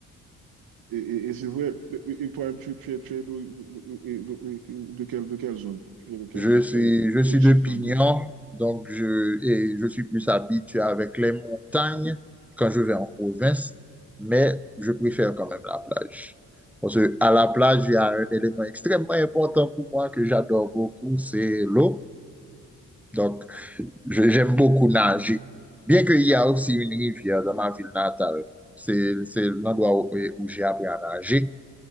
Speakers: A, on the right (about 65°); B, in the centre.
A: Et, et- et c'est vrai, et et toi-même, tu, tu es, tu es d'où- d'où- et d'où- et de, quelle, de quelle zone? Tu es de quelle
B: Je
A: zone?
B: suis,
A: Tu es
B: je suis
A: originaire
B: de Pignon,
A: d'où?
B: donc je, et je suis plus habitué avec les montagnes quand je vais en province, mais je préfère quand même la plage. Parce que à la plage, il y a un élément extrêmement important pour moi que j'adore beaucoup, c'est l'eau. Donc, Je- J'aime beaucoup nager. Bien qu'il y a aussi une rivière dans ma ville natale, c'est c'est l'endroit où, où j'ai appris à nager,